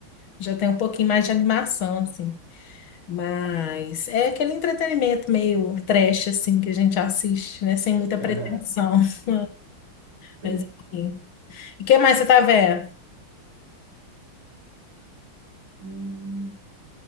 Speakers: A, on the left (about 75°); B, on the right (about 80°).
A: já tem um pouquinho mais de animação, assim. Mas é aquele entretenimento meio trash, assim, que a gente assiste, né? Sem muita
B: <laughs>
A: pretensão. <laughs>
B: Sim.
A: Mas enfim. E o que mais você tá vendo?
B: Hum,